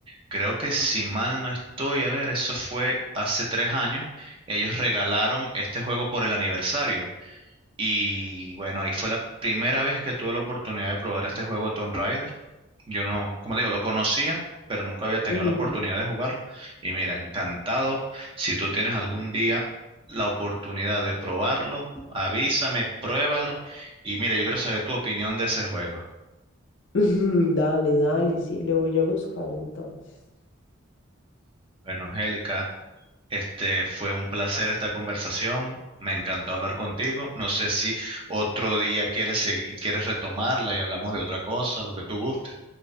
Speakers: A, on the right; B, on the left.
A: creo que si mal no estoy, a ver, eso fue hace tres años, ellos regalaron este juego por el aniversario. Y bueno, ahí fue la primera vez que tuve la oportunidad de probar este juego Tomb Raider. Yo no, como digo, lo conocía, pero nunca había tenido
B: ujú.
A: la oportunidad de jugarlo. Y mira, encantado. Si tú tienes algún día la oportunidad de probarlo, avísame, pruébalo. Y mira, yo quiero saber tu opinión de ese juego.
B: <laughs> Dale, dale, sí, lo voy a buscar entonces.
A: Bueno, Angélica, este fue un placer esta conversación. Me encantó hablar contigo. No sé si otro día quieres seguir- quieres retomarla y hablamos de otra cosa, lo que tú gustes.